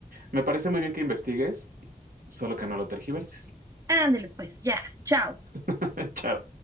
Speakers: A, on the right (about 75°); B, on the right (about 25°).
A: Me parece muy bien que investigues, solo que no lo tergiverses.
B: Ándale pues, ya, chao.
A: <laughs> Chao.